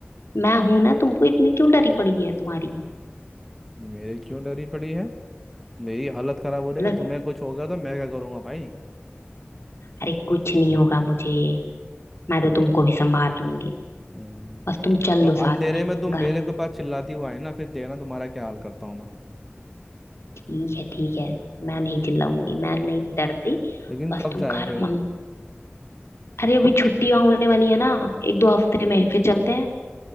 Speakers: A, on the left; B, in the centre.
A: मैं हूं ना तुमको इतनी क्यों डरी पड़ी है तुम्हारी
B: मेरे क्यों डरी पड़ी है मेरी हालत खराब हो रही
A: मतलब
B: है कि तुम्हें कुछ हो गया तो मैं क्या करूंगा भाई
A: अरे कुछ नहीं होगा मुझे मैं तो तुमको भी संभाल लूंगी
B: हम्म,
A: बस तुम चल
B: और
A: लो
B: अंधेरे
A: साथ में
B: में तुम
A: घर
B: मेरे के पास चिल्लाती हुआ है ना फिर देखना तुम्हारा क्या हाल करता हूँ मैं
A: ठीक है ठीक है मैं नहीं चिल्लाऊंगी मैं नहीं डरती
B: लेकिन
A: बस
B: कब
A: तुम
B: जाए
A: घर
B: फिर
A: मम अरे अभी छुट्टियां होने वाली है ना एक दो हफ्ते में फिर चलते हैं